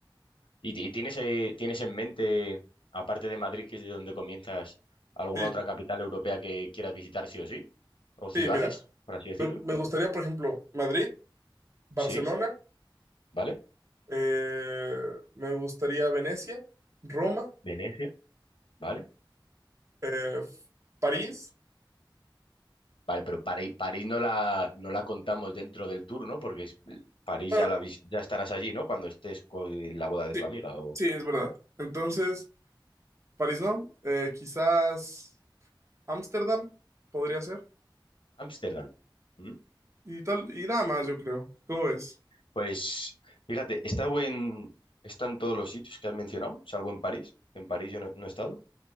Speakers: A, on the left; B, on the right.
A: ¿Y, ti- tienes, eh, tienes en mente, aparte de Madrid, que es de donde comienzas, alguna
B: Sí,
A: otra capital europea que quieras visitar sí o sí? ¿O ciudades,
B: sí, mira.
A: por así decirlo?
B: Me, me gustaría, por ejemplo, Madrid, Barcelona,
A: Sí, ¿vale?
B: eh, me gustaría Venecia, Roma,
A: Venecia, ¿vale?
B: eh, París.
A: Vale, pero París, París no la, no la contamos dentro del tour, ¿no? Porque es- París
B: Bueno,
A: ya, la, vis- ya estarás allí, ¿no? Cuando estés con la boda de
B: sí,
A: tu amiga o
B: Sí, es verdad. Entonces, París no, eh, quizás Ámsterdam podría ser.
A: Ámsterdam. ¿Mm?
B: Y tal, y nada más, yo creo. ¿Cómo ves?
A: Pues fíjate, está buen, está en todos los sitios que has mencionado, salvo en París. En París yo no, no he estado.